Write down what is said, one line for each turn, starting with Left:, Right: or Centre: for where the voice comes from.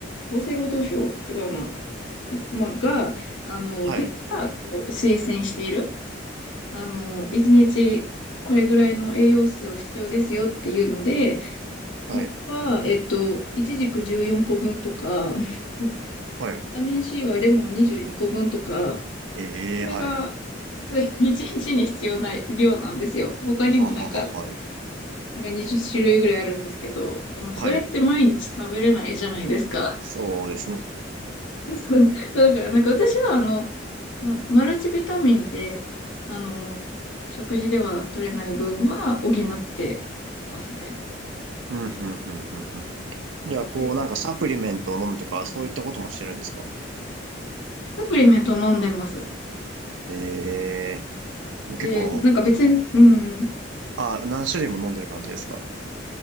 Left: 厚生労働省違うな。まあ、が、あの、
Right: はい、
Left: 国がこう推薦している、あの、
Right: うん、
Left: 一日、これぐらいの栄養素を必要ですよっていうので、鉄は、
Right: はい、
Left: えっと、いちじく14個分とか、<laughs> ビ
Right: はい。
Left: タミン C はレモン22個分とか、
Right: ええはい。
Left: これが、そう一日にちに必要な量なんですよ。他にもなんか、
Right: はははは、はい。
Left: なんか20種類ぐらいあるんですけど、でもそれって毎日食べれないじゃないですか。
Right: はい。そうですね。
Left: <laughs> そう。だからなんか私はあの、なんマルチビタミンで、あの、食事では取れない分は補ってますね。
Right: うん、うん、うん、うん。うんじゃあ、こう、
Left: で、
Right: なんかサプリメントを飲むとか、そういったこともしてるんですか
Left: サプリメント飲んでます。
Right: ええもう結構、
Left: で、なんか別に、うん。
Right: あ、何種類も飲んでる感じですか